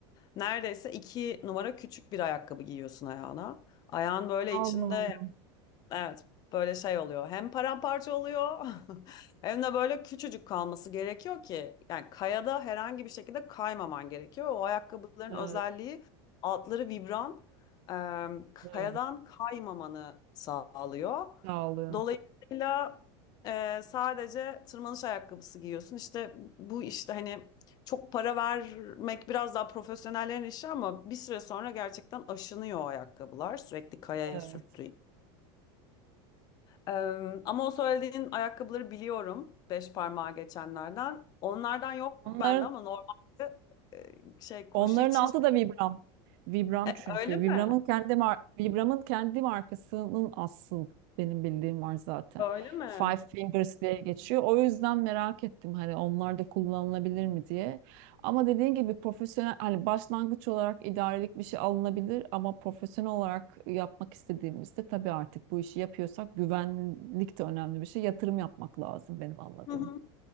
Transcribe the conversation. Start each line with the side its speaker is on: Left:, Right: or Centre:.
Left: Neredeyse iki numara küçük bir ayakkabı giyiyorsun ayağına. Ayağın böyle
Right: Allah
Left: içinde
Right: Allah.
Left: Evet, böyle şey oluyor. Hem paramparça oluyor <laughs> hem de böyle küçücük kalması gerekiyor ki yani kayada herhangi bir şekilde kaymaman gerekiyor. O ayakkabıların
Right: Evet,
Left: özelliği altları vibran em, kayadan
Right: evet.
Left: kaymamanı sağlıyor.
Right: Sağlıyor.
Left: Dolayısıyla e, sadece tırmanış ayakkabısı giyiyorsun. İşte bu işte hani çok para vermek biraz daha profesyonellerin işi ama bir süre sonra gerçekten aşınıyor o ayakkabılar sürekli kayaya
Right: Evet.
Left: sürttüğü ee, ama o söylediğin ayakkabıları biliyorum. Beş parmağa geçenlerden. Onlardan yok
Right: Onların
Left: bende ama normalde şey koşu
Right: Onların
Left: için
Right: altı
Left: şey,
Right: da Vibram. Vibram
Left: E,
Right: çünkü.
Left: öyle mi?
Right: Vibram'ın kendi mar Vibram'ın kendi markasının asıl benim bildiğim var zaten.
Left: Öyle mi?
Right: Five Fingers diye geçiyor. O yüzden merak ettim hani onlar da kullanılabilir mi diye. Ama dediğin gibi profesyonel hani başlangıç olarak idarelik bir şey alınabilir ama profesyonel olarak yapmak istediğimizde tabii artık bu işi yapıyorsak güvenlik de önemli bir şey. Yatırım yapmak lazım benim anladığım.
Left: Hı hı.